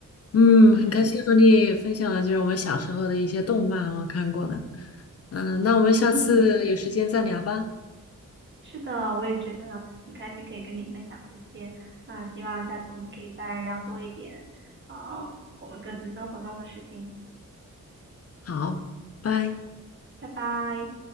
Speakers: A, on the left; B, on the right.
A: 嗯，
B: 嗯
A: 很开心和你分享了，就是我们小时候的一些动漫，我看过的。嗯，那我们下次有时间再聊吧。
B: 嗯。是的，我也觉得很开心可以跟你分享这些。那希望下次我们可以再聊多一点，啊，我们各自生活中的事情。
A: 好，拜。
B: 拜拜。